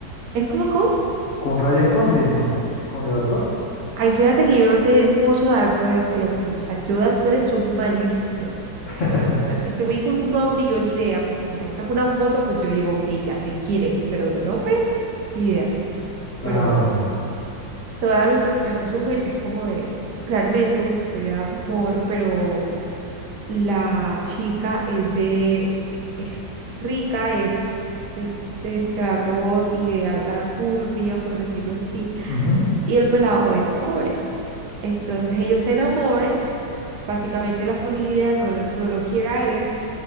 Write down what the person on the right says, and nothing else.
Es como, ¿cómo?
Ay, fíjate que yo no sé mucho de actores, te lo juro. O sea, yo de actores soy malísima. O
sea, si tú me dices un nombre, yo ni idea, pero si me muestras una foto, pues yo digo, ok, ya sé quién es, pero de nombre, ni idea.
Pero bueno,
te voy a dar un pequeño resumen. Es como de, claramente, una historia de amor, pero La chica es de, es rica, es de, de estratos y de alta alcurnia, por decirlo así,
y el pelado es pobre. Entonces ellos se enamoran, básicamente la familia no, lo no lo quiere a él,